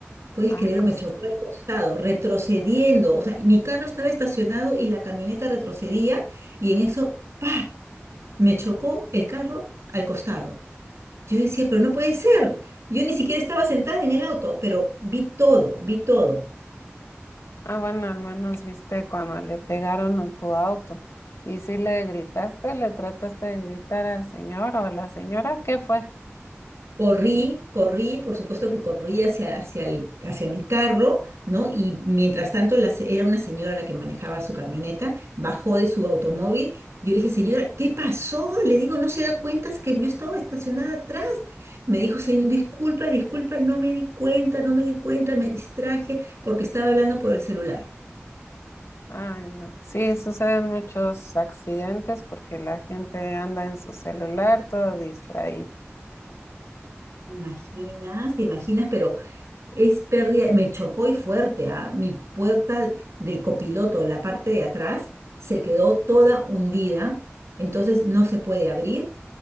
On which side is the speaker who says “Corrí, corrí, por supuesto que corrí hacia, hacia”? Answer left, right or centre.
Right